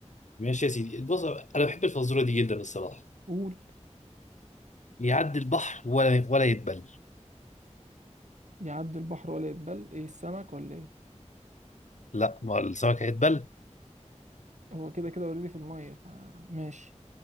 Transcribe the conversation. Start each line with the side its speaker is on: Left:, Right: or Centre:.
Left: ماشي يا سيدي بص انا بحب الفزوره دي جدا الصراحه
Right: قول
Left: يعدي البحر ولا ولا يتبل
Right: يعدي البحر ولا يتبل ايه السمك ولا ايه
Left: لا ما هو السمك هيتبل
Right: هو كده كده اوريدي في الميه فماشي